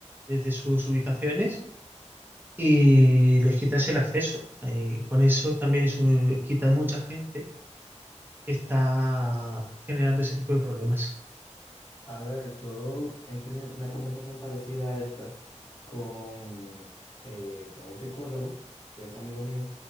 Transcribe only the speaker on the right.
desde sus ubicaciones y les quitas el acceso. O sea, y con eso también
es un- quitas mucha gente que está generando ese tipo de problemas.